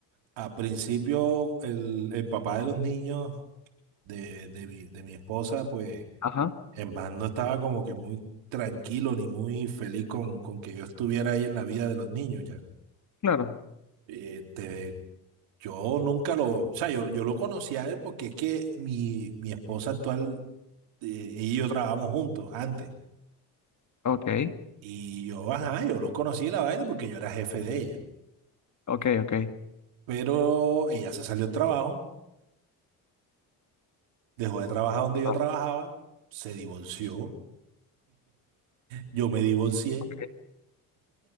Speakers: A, on the right; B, on the left.
A: al principio el, el papá de los niños de, de mi, de mi esposa, pues
B: Ajá,
A: en verdad no estaba como que muy tranquilo ni muy feliz con, con que yo estuviera ahí en la vida de los niños ya.
B: claro.
A: Este, Yo nunca lo, o sea, yo, yo lo conocí a él porque es que mi, mi esposa actual, eh, ella y yo trabajamos juntos antes.
B: Ok,
A: Y yo, ajá, yo los conocí la vaina porque yo era jefe de ella.
B: ok, ok.
A: Pero ella se salió del trabajo, dejó de trabajar donde yo
B: Vale.
A: trabajaba, se divorció, yo me divorcié,
B: ok.